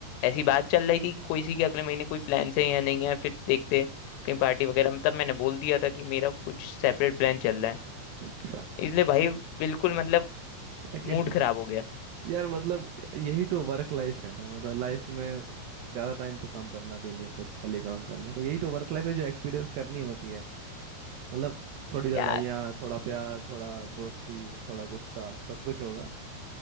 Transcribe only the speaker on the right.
अच्छा
लेकिन
यार मतलब यही तो वर्क लाइफ है ना मतलब लाइफ में ज़्यादा टाइम तो काम करना भी नहीं है कुछ साल ही काम करना है तो यही तो वर्क लाइफ है जो एक्सपीरियंस करनी होती है मतलब थोड़ी लड़ाइयाँ
थोड़ा प्यार थोड़ा दोस्ती थोड़ा गुस्सा सब कुछ होगा